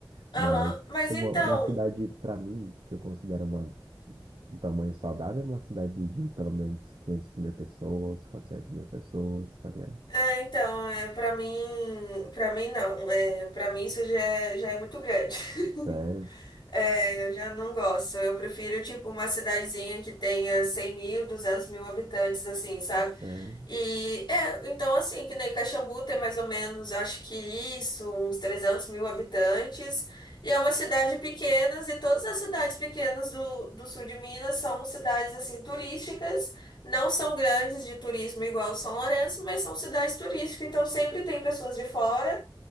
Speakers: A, on the left (about 65°); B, on the right (about 85°).
A: aham.
B: Mas,
A: Mas
B: tipo,
A: então,
B: uma cidade, pra mim, que eu considero uma, um tamanho saudável, é uma cidade de pelo menos 500 mil pessoas, 400 mil pessoas, tá ligado?
A: é, então, é, para mim, para mim não, é, para mim isso já é, já é muito grande.
B: Sério,
A: <laughs> É, eu já não gosto. Eu prefiro, tipo, uma cidadezinha que tenha 100 mil, 200 mil habitantes, assim, sabe?
B: sério.
A: E é, então assim, que nem Caxambu tem mais ou menos, acho que isso, uns 300 mil habitantes. E é uma cidade pequena, e todas as cidades pequenas do, do sul de Minas são cidades assim turísticas, não são grandes de turismo igual São Lourenço, mas são cidades turísticas, então sempre tem pessoas de fora